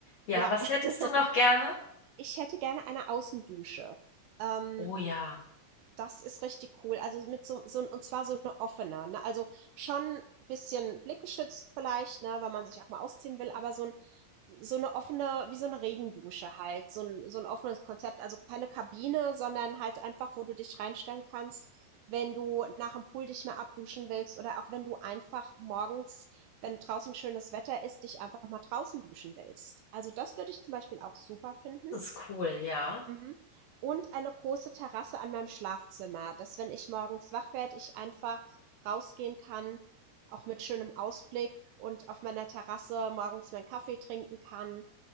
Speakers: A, on the left (about 70°); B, on the right (about 80°).
A: Ja,
B: Ja.
A: was
B: <laughs>
A: hättest du noch gerne?
B: Ich hätte gerne eine Außendusche. Ähm,
A: Oh ja,
B: das ist richtig cool. Also mit so, so und zwar so eine offene, ne? Also schon ein bisschen blickgeschützt vielleicht, ne, weil man sich auch mal ausziehen will, aber so ein so eine offene, wie so eine Regendusche halt, so ein, so ein offenes Konzept. Also keine Kabine, sondern halt einfach, wo du dich reinstellen kannst, wenn du nach dem Pool dich mal abduschen willst oder auch wenn du einfach morgens, wenn draußen schönes Wetter ist, dich einfach mal draußen duschen willst. Also das würde ich zum Beispiel auch super finden.
A: das ist cool, ja.
B: Mhm. Und eine große Terrasse an meinem Schlafzimmer, dass wenn ich morgens wach werde, ich einfach rausgehen kann, auch mit schönem Ausblick und auf meiner Terrasse morgens meinen Kaffee trinken kann